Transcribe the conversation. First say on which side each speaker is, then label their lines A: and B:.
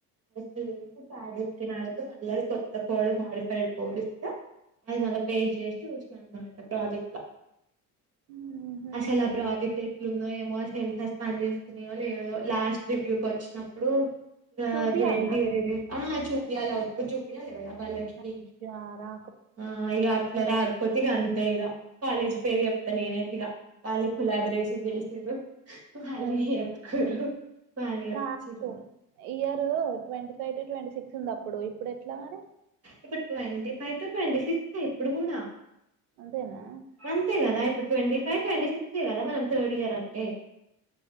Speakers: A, on the right (about 35°); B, on the right (about 80°).
A: మొత్తం వేసి సాగినట్డు ఉంటే కొత్తది వేసినా కోడ్ ఇస్తే అది మళ్ళ పే చేసి చేసిన అన్నమాట ప్రాజెక్ట్ లో
B: ఉహు
A: అసలు ఆ ప్రాజెక్ట్ ఎట్లుందో ఏమో అసల్కి పని చేేస్తున్నాయో లేదో లాస్ట్ రివ్యూకు వచ్చినప్పుడు ఇగ
B: చూపియాలా
A: ఏంటి రివ్యూ ఆ చూపించాలి అటు చూపించాలి కదా వాళ్ళకి
B: వచ్చారా
A: ఆ ఇగా అట్ల రాకపోతే అంతే ఇగ కాలేజ్ పేరు చేప్తా నేనైతే ఇగా కాలి కిలాబు రేషన్ చేసిన్రు వాళ్ళు
B: అంతే
A: ఎత్తుకొరు పాలియ
B: కాదు
A: అచ్చారు
B: year twenty five to twenty six ఉంది అప్పుడు ఇప్పుడు ఎట్లా మరి
A: ఇప్పుడు twenty five to twenty six ఇప్పుడు కూడా
B: అంతేనా
A: అంతే కదా ఇప్పుడు ట్వంటీ ఫైవ్ ట్వంటీ సిక్స్ ఏ కదా మనం థర్డ్ ఇయర్ అంటే